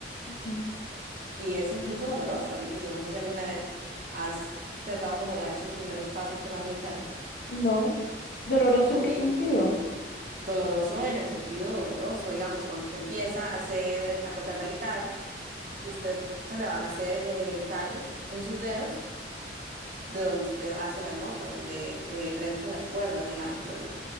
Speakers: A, on the left; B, on the right.
A: Ujú.
B: Y es incluso doloroso al inicio. No sé si alguna vez has tratado como de dar esos primeros pasos tocando guitarra.
A: No. ¿Doloroso
B: Ok,
A: en qué sentido?
B: Doloroso en el sentido doloroso, digamos, cuando usted empieza a hacer, a tocar la guitarra, usted se le van a hacer eh, callos en sus dedos, de donde usted hace las notas, donde eh, prensa las cuerdas, digamos, ¿verdad?